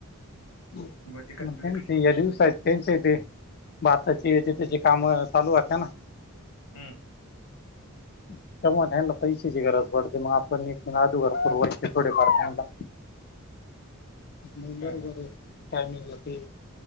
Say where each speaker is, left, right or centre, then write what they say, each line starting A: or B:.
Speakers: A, on the left; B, on the left.
A: म
B: मग ते कंटिन्यू
A: म त्यांच्या
B: काम करत
A: या दिवसाची. त्यांचे ते भाताची ह्याची त्याची काम चालू राहतात ना.
B: हम्म.
A: तेव्हा आता ह्यांला पैशाची गरज पडते मग आपण इथनं म अदूघर पुरवायचं. थोडं फार त्यान्ला मग बरोबर
B: हा, हा.
A: आहे. टायमिंग ला ते